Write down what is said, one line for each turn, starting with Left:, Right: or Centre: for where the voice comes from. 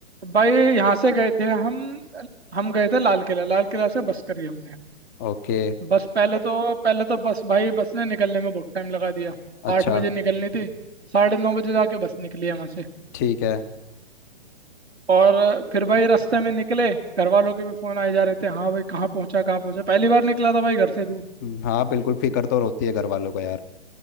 Right: भाई यहाँ से गए थे हम हम गए थे लाल किला लाल किला से बस करी हमने
Left: ओके
Right: बस पहले तो पहले तो बस भाई बस ने निकलने में बहुत टाइम लगा दिया
Left: अच्छा
Right: आठ बजे निकलनी थी साढ़े नौ बजे जाके बस निकली है वहाँ से
Left: ठीक है
Right: और फिर भाई रास्ते में निकले घर वालों के भी फोन आए जा रहे थे हाँ भाई कहाँ पहुँचा कहाँ पहुँचा पहली बार निकला था भाई घर से दूर
Left: हम्म, हाँ बिल्कुल फिक्र तो होती है घर वालों को यार